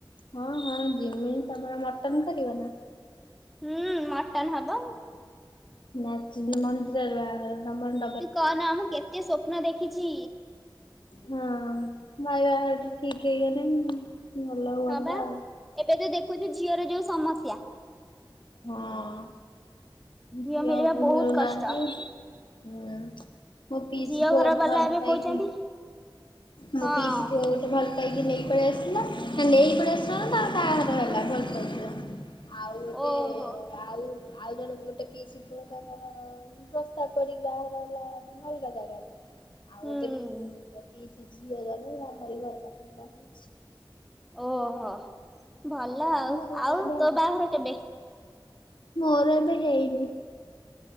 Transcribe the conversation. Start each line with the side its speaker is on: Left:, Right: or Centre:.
Left: ହଁ ହଁ ଯିମି ତମର ମଟନ୍ କରିବ ନା?
Centre: ହୁଁ ମଟନ୍ ହବ।
Left: ନାଚିଵି ମନ୍ଦିରରେ ବାହାଘର ନା କଣ?
Centre: ତୁ କହନା ମୁଁ କେତେ ସୂପ୍ନ ଦେଖିଚି।
Left: ହଁ ଭାଇ ବାହାଘର ଠିକ୍ ହେଇଗଲେ ଭଲ ହୁଅନ୍ତା।
Centre: ହଁ ବା ଏବେ ତ ଦେଖୁଚୁ ଝିଅର ଯୋଉ ସମସ୍ୟା।
Left: ହଁ ଝିଅ
Centre: ମିଳିବା
Left: ଆଉ
Centre: ବହୁତ
Left: ମିଳୁନାହାନ୍ତି।
Centre: କଷ୍ଟ
Left: ହୁଁ ମୋ ପିଇସି
Centre: ଝିଅ
Left: ପୁଅ
Centre: ଘର
Left: ଗୋଟେ
Centre: ବାଲା
Left: ଭଲ
Centre: ଏବେ
Left: ପାଇକି
Centre: କହୁଛନ୍ତି
Left: ମୋ
Centre: ହଁ
Left: ପିଇସି ପୁଅ ଗୋଟେ ଭଲ ପାଇକି ନେଇ ପଳେଇ ଆସିଲା ନେଇ କି ପଳେଇ ଆସିଲା ନାଁ ତା ବାହାଘର ହେଲା ଭଲ ପାଇଥିଲା। ଆଉ ଗୋଟେ
Centre: ଓହୋ
Left: ଆଉ ଆଉ ଜଣେ ଗୋଟେ ପିଇସି ପୁଅ ତାଙ୍କର ପ୍ରସ୍ତାବ ପଡିକି ବାହାଘର ହେଲା ଅଲଗା ଜାଗାରେ।
Centre: ହୁଁ
Left: ଆଉ ଗୋଟେ ପିଇସି ଝିଅ ଜଣେ ଆମରି ଘର ପାଖରେ ବାହା ହେଇଚି।
Centre: ଓହ। ଭଲ ଆଉ।
Left: ମୋର
Centre: ଆଉ
Left: ଏବେ
Centre: ତୋ ବାହାଘର କେବେ?
Left: ମୋର ଏବେ ହେଇନି।